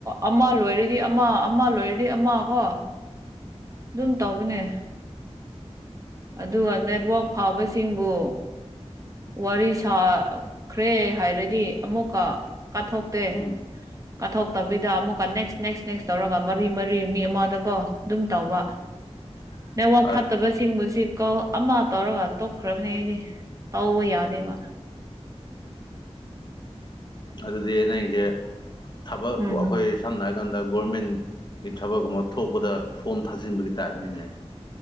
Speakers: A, on the right (about 30°); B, on the left (about 40°).
A: ꯑꯃ ꯂꯣꯏꯔꯗꯤ ꯑꯃ ꯑꯃ ꯂꯣꯏꯔꯗꯤ ꯑꯃ ꯀꯣ ꯑꯗꯨꯝ ꯇꯧꯕꯅꯦ ꯑꯗꯨꯒ ꯅꯦꯠꯋꯥꯛ ꯐꯕꯁꯤꯡꯕꯨ ꯋꯥꯔꯤ ꯁꯥꯈ꯭ꯔꯦ ꯍꯥꯏꯔꯗꯤ ꯑꯃꯨꯛꯀ ꯀꯥꯊꯣꯛꯇꯦ
B: ꯎꯝ
A: ꯀꯠꯊꯣꯛꯇꯕꯤꯗ ꯑꯃꯨꯛꯀ ꯅꯦꯛꯁ ꯅꯦꯛꯁ ꯅꯦꯛꯁ ꯇꯧꯔꯒ ꯃꯔꯤ ꯃꯔꯤ ꯃꯤ ꯑꯃꯗꯀꯣ ꯑꯗꯨꯝ ꯇꯧꯕ
B: <inaudible>
A: ꯅꯋꯥꯛ
B: ꯑꯁ
A: ꯐꯠꯇꯕꯁꯤꯡꯕꯁꯤ ꯀꯧ ꯑꯃ ꯇꯧꯔꯒ ꯇꯣꯛꯈ꯭ꯔꯕꯅꯦ ꯑꯩꯗꯤ ꯇꯧꯕ ꯌꯥꯗꯦꯕ
B: ꯑꯗꯨꯗꯤꯩꯅꯁꯦ ꯊꯕꯛ
A: ꯎꯝ
B: ꯑꯩꯈꯣꯏ ꯁꯝꯅ ꯍꯥꯏꯔꯀꯥꯟꯗ ꯒꯣꯔꯃꯦꯟꯒꯤ ꯊꯕꯛ ꯑꯃ ꯊꯣꯛꯄꯗ ꯐꯣꯝ ꯊꯥꯖꯤꯟꯕꯒꯤ ꯇꯥꯏꯞꯅꯤꯅꯦ